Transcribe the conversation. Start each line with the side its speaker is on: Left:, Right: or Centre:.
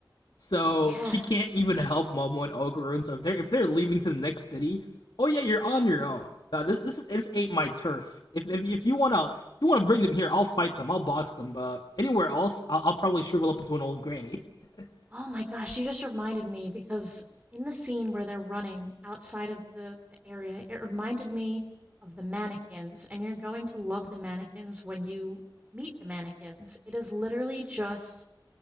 Left: So
Right: Yes.
Left: she can't even help Momo and Ogurun. So if they're if they're leaving to the next city, oh yeah, you're on your own. Uh, this this is this ain't my turf. If if, if you wanna if you wanna bring them here, I'll fight them. I'll box them. But anywhere else, I'll, I'll probably shrivel up into an old granny. <laughs>
Right: Oh my gosh, you just reminded me because in the scene where they're running outside of the, the area, it reminded me of the mannequins, and you're going to love the mannequins when you meet the mannequins. It is literally just